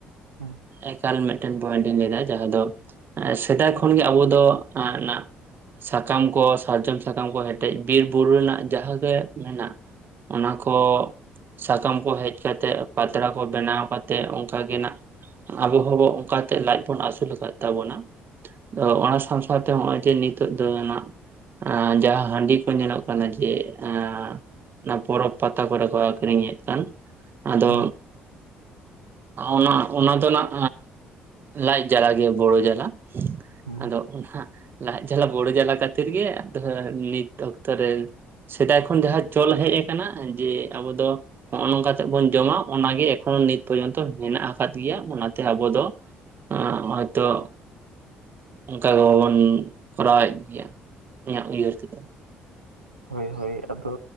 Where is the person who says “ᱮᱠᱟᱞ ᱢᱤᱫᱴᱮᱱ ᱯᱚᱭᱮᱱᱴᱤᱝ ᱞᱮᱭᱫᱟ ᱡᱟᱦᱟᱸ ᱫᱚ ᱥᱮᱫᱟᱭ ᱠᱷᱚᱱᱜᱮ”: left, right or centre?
Right